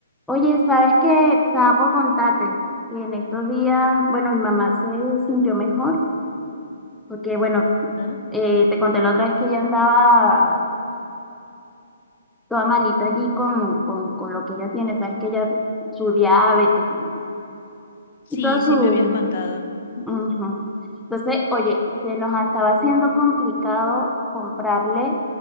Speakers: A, in the centre; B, on the left.
A: Oye, ¿sabes qué? Estaba por contarte que en estos días, bueno, mi mamá se sintió mejor, porque bueno,
B: Ah,
A: eh, te conté la otra vez que ella andaba toda malita allí con, con, con lo que ella tiene, sabes que ella, su diabetes y,
B: Sí,
A: y toda su...
B: sí me habías contado. Ujú.
A: ujú. Entonces, oye, se nos estaba haciendo complicado comprarle